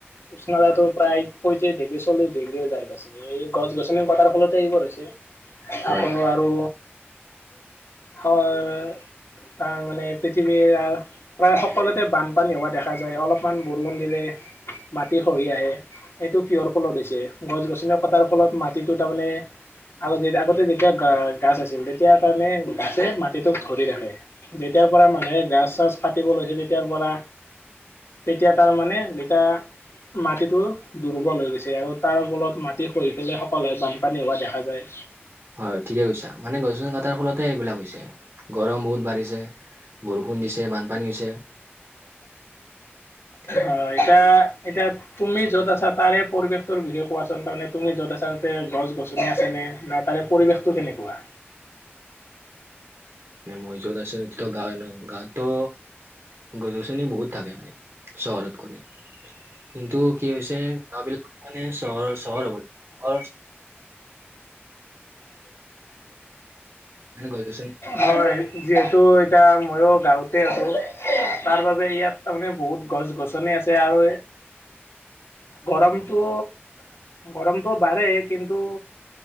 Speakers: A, on the left; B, on the right.
A: উষ্ণতাটো প্ৰায় পয়ত্ৰিশ ডিগ্ৰী, চল্লিশ ডিগ্ৰীয়ে যাই পাইছে। এই গছ-গছনি কটাৰ ফলতে এইবোৰ হৈছে।
B: হয়
A: আকৌ
B: হয়
A: আৰু
B: <unintelligible>
A: হয়। তাৰ মানে পৃথিৱীৰ প্ৰায় সকলোতে বানপানী হোৱা দেখা যায়। অলপমান বৰষুণ দিলে মাটি খহি আহে এইটো কিহৰ ফলত হৈছে? গছ-গছনি কটাৰ ফলত মাটিটো তাৰমানে আগত যে- আগতে যেতিয়া গা- গাছ আছিল, তেতিয়া তাৰানে গাছে মাটিটোক ধৰি ৰাখে। যেতিয়া ৰ পৰা মানুহে গাছ-চাছ কাটিব লৈছে, তেতিয়াৰ পৰা তেতিয়া তাৰ মানে এইতা মাটিটো দুৰ্বল হৈ গৈছে আৰু তাৰ ফলত মাটি খহি পেলাই সকলোৱে বানপানী হোৱা দেখা যায়।
B: হয়, ঠিকে কৈছা। মানে গছ-গছনি কা টাৰ ফলতে এইবিলাক হৈছে। গৰম বহুত বাঢ়িছে, বৰষুণ দিছে, বানপানী হৈছে <unintelligible>
A: হয়, এতিয়া- এতিয়া তুমি য'ত আছা, তাৰে পৰিৱেশটোৰ বিষয়ে কোৱাচোন। তাৰমানে তুমি য'ত আছা তাতে গছ-গছনি আছে নে? না তাৰে পৰিৱেশটো কেনেকুৱা?
B: <unintelligible> ন মই য'ত আছোঁ, সেইটোতো গাওঁ ন'? গাওঁটো গছ-গছনি বহুত থাকে মানে, চহৰত কৰি। কিন্তু কি হৈছে, গাওঁবিলাক মানে চহৰৰ- চহৰ হ'ব চহৰ মানে গছ-গছনি
A: হয় যিহেতু এতিয়া মইয়ো গাঁৱতে আছোঁ তাৰ বাবে ইয়াত তাৰমানে বহুত গছ-গছনি আছে আৰু গৰমটো গৰমটো বাঢ়েই কিন্তু।